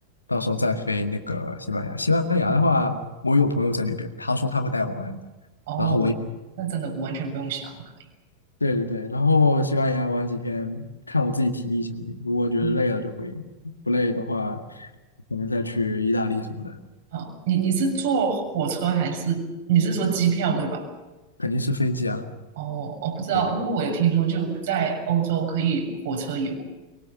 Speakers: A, on the left; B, on the right.
A: 到时候再飞那个西班牙。西班牙的话，我有朋友在那边，他说他会带我玩的，
B: 哦，
A: 然后我也
B: 那真的完全不用想都可以。
A: 对对对，然后西班牙玩几天，看我自己体力行不行。如果觉得累了就回，
B: 嗯，
A: 不累的话，可能再去意大利什么的。
B: 好，你你是坐火车还是你是说机票对吧？
A: 肯定是飞机啊，
B: 哦，我不知道，
A: 对，
B: 因为我有听说，就在欧洲可以火车游